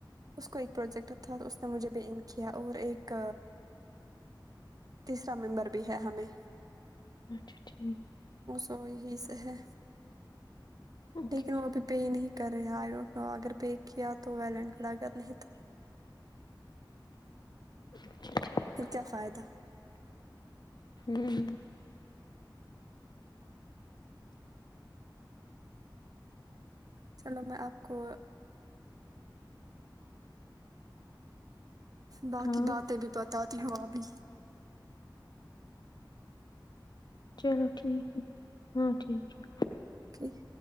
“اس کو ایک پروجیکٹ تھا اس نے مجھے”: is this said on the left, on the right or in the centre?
Right